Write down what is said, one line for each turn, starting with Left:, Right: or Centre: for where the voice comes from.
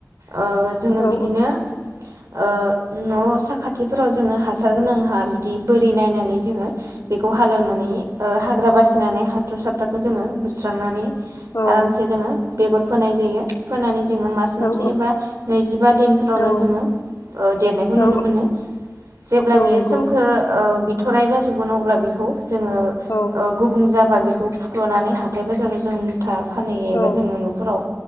Right: ओ जोङो
Left: औ
Right: बिदिनो ओ न' साखाथिफोराव जोङो हासार गोनां हा बिदि बोरि नायनानै जोङो बेखौ हालौनानै ओ हाग्रा बासिनानै हाथु साफ्राखौ जोङो बुस्रांनानै आरामसे
Left: औ
Right: जोङो बेगर फोनाय जायो। फोनानै जोङो मास मोनसे
Left: औ
Right: एबा नैजिबा दिनफोरावनो
Left: औ
Right: जोङो ओ देरनायखौ
Left: औ
Right: नुनो मोनो। जेब्ला
Left: औ
Right: बियो
Left: नंगौ
Right: सोमखोर ओ बि थ'राइ जाजोबगोन अब्ला बेखौ जोङो
Left: औ
Right: ओ गुबुं जाबा बेखौ फुख्ल'नानै हाथाय बाजाराव जों मुथा फानहैयो
Left: औ
Right: एबा जोङो न'फोराव